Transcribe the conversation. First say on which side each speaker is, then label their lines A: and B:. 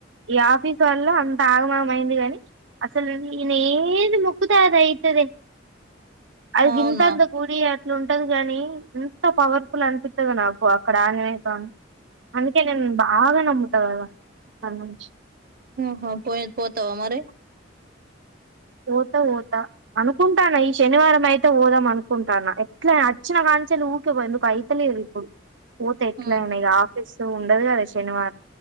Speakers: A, on the right; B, on the right.
A: ఈ ఆఫీస్ వల్ల అంత ఆగమగం అయింది గాని అసలు ఇడనా ఏది ముక్కుతె అధైతదే అది గింతంత
B: అవునా
A: గుడి అట్లు ఉంటది గాని ఎంత పవర్ఫుల్ అనిపించి ఉత్తగ నాకు అక్కడ ఆంజనేయ స్వామి అందుకే నేను బాగ నమ్ముత కదా అక్కని నుంచి
B: ఉఁ హు పోయేద్ పోతవా మరి
A: ఓతే ఓత అనుకుంటానా ఈ శనివారం అయితే ఓదం అనుకుంటానా ఎట్ల అచ్చిన కాం చెలి ఊకే పో ఎందుకో అయితలేదు ఇప్పుడు. పోతే ఎట్లా
B: ఉమ్
A: ఇగ ఆఫీస్ ఉండదు కదా శనివా